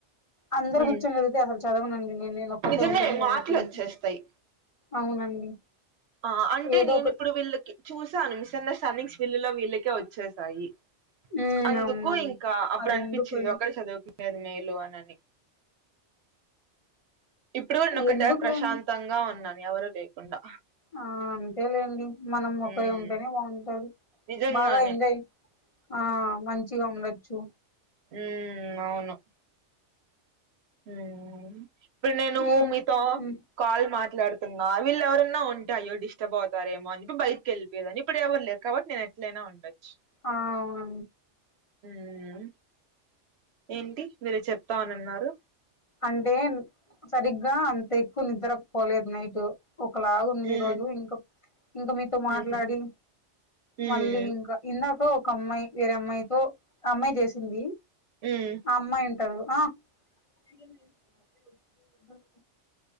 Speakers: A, on the left (about 30°); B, on the right (about 65°).
A: అందరు
B: ఉమ్
A: కూర్చొని చదివితే అసలు చదవనండి నేను నేను ఒక్కతే
B: నిజమే
A: ఉంటేనే చదువుకుంటా
B: మాటలు వచ్చేస్తాయి
A: అవునండి
B: ఆ అంటే
A: ఏదో
B: నేను
A: ఒకటి
B: ఇప్పుడు వీళ్ళకి చూసాను మిస్ అండర్స్టాండింగ్స్ వీళ్ళలో వీళ్ళకే వచ్చేసాయి
A: ఉమ్
B: అందుకు
A: అవునండి
B: ఇంకా అప్పుడు
A: అదెందుకు
B: అనిపించింది ఒకరు చదువుకునేది మేలు అనని ఇప్పుడు ఒకటే
A: ఎందుకులేండి
B: ప్రశాంతంగా ఉన్నాను ఎవరు లేకుండా
A: ఆ అంతేలేండి మనం ఒకరే
B: ఉమ్
A: ఉంటేనే బావుంటది
B: నిజంగానే
A: బాగా ఎంజాయ్ ఆ మంచిగా ఉండొచ్చు
B: ఉ అవును ఉ ఇప్పుడు నేను
A: ఏం
B: మీతో
A: ఉమ్
B: కాల్ మాట్లాడుతున్నా వీళ్ళ ఎవరన్నా ఉంటే అయ్యో డిస్టర్బ్ అవుతారేమో అని బయటి కెళ్ళి లేదండి ఇప్పుడు ఎవరు లేరు కాబట్టి నేను ఎట్లయినా ఉండొచ్చు
A: ఆ అవున
B: ఉమ్ ఏంటి మీరు చెప్తా అని అన్నారు
A: అంటే సరిగ్గా అంత ఎక్కువ నిద్రపోలేదు నైటు ఒకలాగ ఉంది
B: ఉమ్
A: ఈ రోజు ఇంకా ఇంకా మీతో మాట్లాడి
B: ఉహు ఉమ్
A: మళ్ళీ ఇంకా ఇందాక ఒక అమ్మాయి వేరే అమ్మాయితో అమ్మాయి చేసింది
B: ఉమ్ హా
A: అమ్మాయి ఉంటాది గా ఇంకేం చేస్తున్నారు బ <unintelligible>